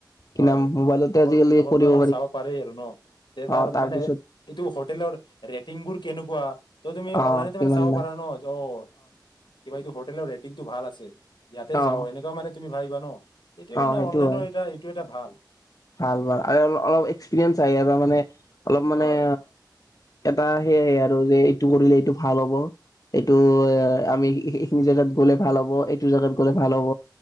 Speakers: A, on the left; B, on the left.
A: কিনা
B: হয়।
A: মোবাইলতে
B: আগৰ
A: আজিকালি
B: আগৰ
A: কৰিব
B: পৰা মানে চাব পাৰি আৰু ন। তে
A: অ
B: তাৰ
A: তাৰপিছত
B: মানে এইটো হোটেলৰ ৰেটিং বোৰ কেনেকুৱা, ত তুমি
A: অ
B: অনলাইনে
A: কিমান
B: মানে চাব
A: মান
B: পাৰা ন। অ' কিবা এইটো হোটেলৰ ৰেটিংটো ভাল আছে ইয়াতে
A: অ
B: যাওঁ, এনেকুৱা মানে তুমি ভাবিবা ন। এইটোয়ে
A: অ
B: মানে
A: সেইটো
B: অনলাইনৰ
A: হয়
B: এটা এইটো এটা ভাল
A: ভাল, ভাল আৰু অলপ এক্সপিৰিয়েঞ্চ আহে আৰু, মানে অলপ মানে
B: হয়
A: এটা সেয়াই আৰু যে এইটো কৰিলে এইটো ভাল হ'ব। এইটো এ আমি এইখিনি জেগাত গ'লে ভাল হ'ব, এইটো জেগাত গ'লে ভাল হ'ব।